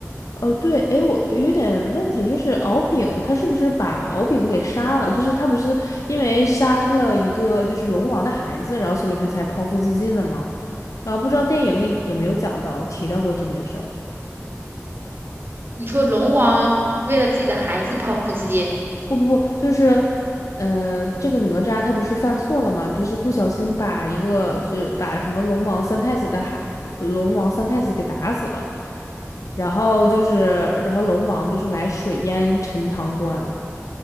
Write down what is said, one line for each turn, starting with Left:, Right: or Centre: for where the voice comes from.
Left: 哦，对，哎，我有点问题，就是敖丙他是不是把敖丙给杀了？就是他不是因为杀了一个就是龙王的孩子，然后所以他才剖腹自尽的吗？然后不知道电影里有没有讲到提到过这件事儿。
Right: 你说龙王为了自己的孩子剖腹自尽，
Left: 不不不，就是，呃，这个哪吒他不是犯错了吗？就是不小心把一个，就是把什么龙王三太子的孩，龙王三太子给打死了，然后就是，然后龙王就是来水淹陈塘关，